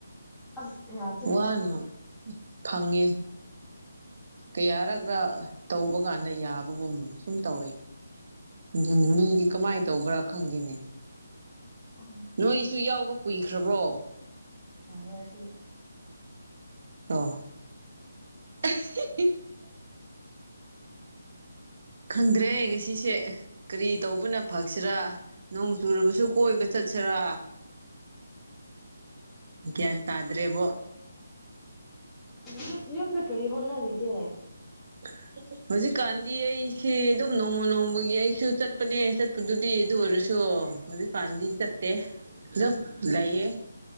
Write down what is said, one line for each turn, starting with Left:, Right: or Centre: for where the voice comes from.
Centre: ꯑꯁ ꯌꯥꯗꯦ
Right: ꯋꯥꯅ ꯐꯪꯉꯤ ꯀꯌꯥꯔꯛꯅ
Centre: ꯎꯝ
Right: ꯇꯧꯕ ꯀꯥꯟꯗ ꯌꯥꯕꯒꯨꯝ ꯁꯨꯝ ꯇꯧꯋꯦ ꯑꯗꯨꯅꯤ ꯃꯤꯗꯤ ꯀꯃꯥꯏꯅ ꯇꯧꯕ꯭ꯔꯥ ꯈꯪꯗꯦꯅꯦ
Centre: ꯎꯝ
Right: ꯅꯣꯏꯁꯨ ꯌꯥꯎꯕ ꯀꯨꯏꯈ꯭ꯔꯕ꯭ꯔꯣ
Centre: <unintelligible>
Right: ꯑꯣ <unintelligible> ꯈꯪꯗ꯭ꯔꯦ ꯉꯁꯤꯁꯦ ꯀꯔꯤ ꯇꯧꯕꯅ ꯐꯛꯁꯤꯔꯥ ꯅꯣꯡ ꯆꯨꯔꯕꯁꯨ ꯀꯣꯏꯕ ꯆꯠꯁꯤꯔꯥ ꯒ꯭ꯌꯥꯟ ꯇꯥꯗ꯭ꯔꯦꯕꯣ
Centre: ꯌ ꯌꯨꯝꯗ ꯀꯔꯤ ꯍꯣꯠꯅꯔꯤꯒꯦ
Right: <inaudible> ꯍꯧꯖꯤꯛꯀꯥꯟꯗꯤ ꯑꯩꯁꯤꯦ ꯑꯗꯨꯝ ꯅꯣꯡꯃ ꯅꯣꯡꯃꯒꯤ ꯑꯩꯁꯨ ꯆꯠꯄꯅꯦ ꯆꯠꯄꯗꯨꯗꯤ ꯑꯗꯨ ꯑꯣꯏꯔꯁꯨ ꯍꯧꯖꯤꯛꯀꯥꯟ ꯗꯤ ꯆꯠꯇꯦ ꯑꯗꯨꯝ ꯂꯩꯥꯌꯦ